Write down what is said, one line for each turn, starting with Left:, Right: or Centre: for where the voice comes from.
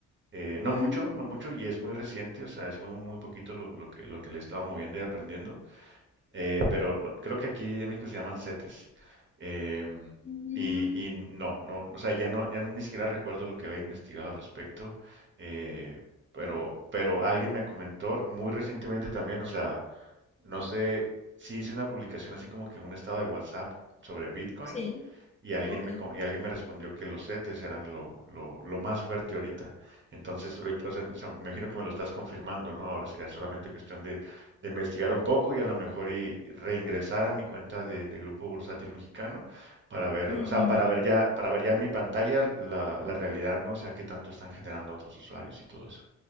Right: Eh, no
Left: Mm,
Right: mucho, no mucho, y es muy reciente, o sea, es muy, muy, muy poquito lo, lo que, lo que le he estado moviendo y aprendiendo, eh, pero lo- creo que aquí en México se llaman CETES. em,
Left: mm,
Right: y, y no, no, o sea, ya no, ya ni siquiera recuerdo lo que había investigado al respecto, eh, pero, pero alguien me comentó muy recientemente también, o sea, no sé, si hice una publicación así como que un estado de WhatsApp sobre Bitcoin
Left: sí,
Right: y alguien
Left: ok.
Right: me, co- y alguien me respondió que los CETES eran lo, lo, lo más fuerte ahorita. Entonces, ahorita, o sea, o sea, me imagino que me lo estás confirmando, ¿no? Ahora sería solamente cuestión de, de investigar un poco y a lo mejor y reingresar a mi cuenta de, de Grupo Bursátil Mexicano para ver,
Left: Mm,
Right: o sea, para ver ya, para ver ya en mi pantalla la, la realidad, ¿no? O sea, qué tanto están generando otros usuarios y todo eso.